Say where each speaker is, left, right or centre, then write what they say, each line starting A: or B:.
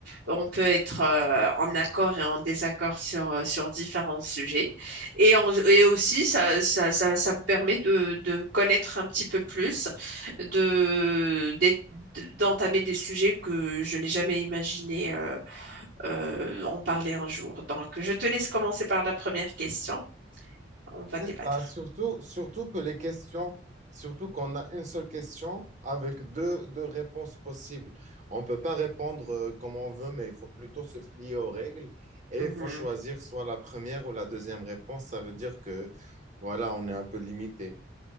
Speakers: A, on the right; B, on the right.
A: on peut être euh, en accord et en désaccord sur euh, sur différents sujets. Et, on- et aussi, ça, ça, ça, ça me permet de, de me connaître un petit peu plus de, d'être- d'entamer des sujets que je n'ai jamais imaginé euh, euh, en parler un jour. Donc, je te laisse commencer par la première question. On va
B: C'est
A: débattre.
B: ça, surtout, surtout que les questions, surtout qu'on a une seule question avec deux, deux réponses possibles. On ne peut pas répondre euh, comme on veut, mais il faut plutôt se plier aux règles et
A: Mhm.
B: il faut choisir soit la première ou la deuxième réponse. Ça veut dire que, voilà, on est un peu limité.